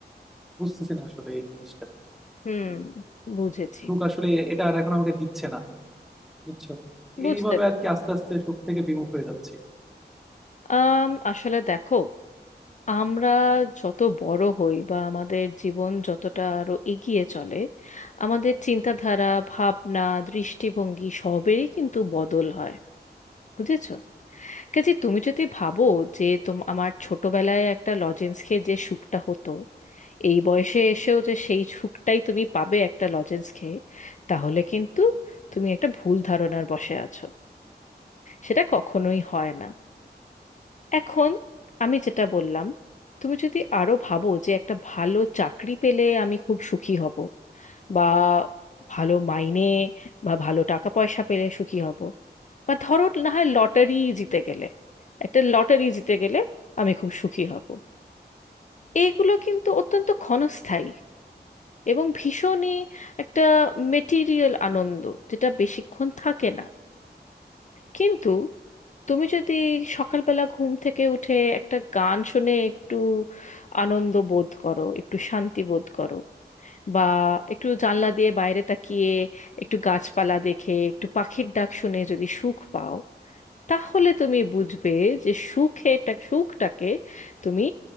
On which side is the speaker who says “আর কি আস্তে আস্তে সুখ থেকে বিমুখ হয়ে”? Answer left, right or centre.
Centre